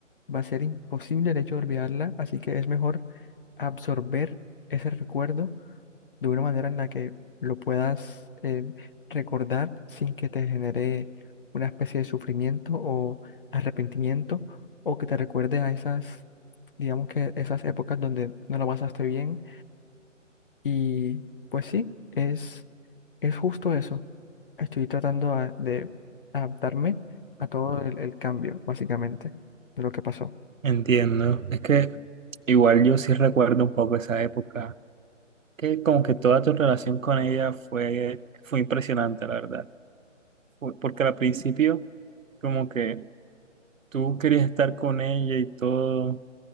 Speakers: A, on the left; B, on the right.
A: va a ser imposible el hecho de olvidarla. Así que es mejor absorber ese recuerdo de una manera en la que lo puedas eh, recordar sin que te genere una especie de sufrimiento o arrepentimiento o que te recuerde a esas, digamos que esas épocas donde no lo pasaste bien. Y pues sí, es, es justo eso. Estoy tratando a- de adaptarme a todo el, el cambio, básicamente, de lo que pasó.
B: Entiendo. Es que igual yo sí recuerdo un poco esa época, que como que toda tu relación con ella fue, fue impresionante, la verdad. Fue- Porque al principio como que tú querías estar con ella y todo,